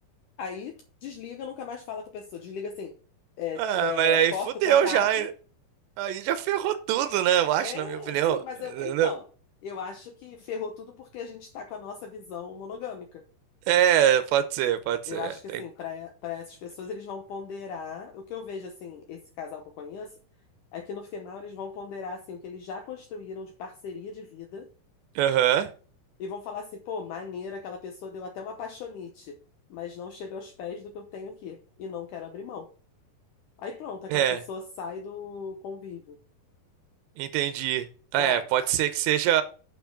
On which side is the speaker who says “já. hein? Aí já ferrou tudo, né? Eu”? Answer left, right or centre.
Right